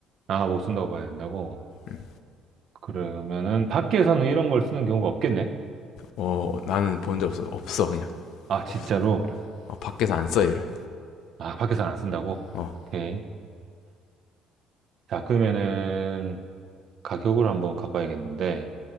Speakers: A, on the right; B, on the left.
A: 아, 못 쓴다고 봐야 된다고?
B: 음.
A: 그러면은 밖에서는 이런 걸 쓰는 경우가 없겠네?
B: 어, 나는 본 적 없어. 없어, 그냥.
A: 아, 진짜로?
B: 없어. 어, 밖에서 안 써, 얘를.
A: 아, 밖에서는 안 쓴다고?
B: 어,
A: 오케이. 자, 그러면은 가격을 한번 가봐야겠는데,